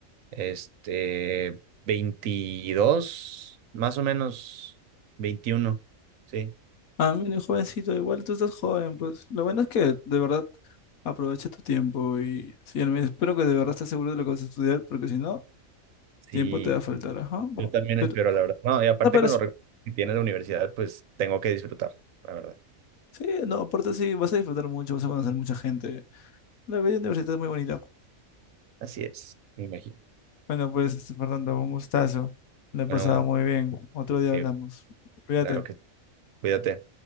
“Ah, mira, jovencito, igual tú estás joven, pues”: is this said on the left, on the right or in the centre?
Left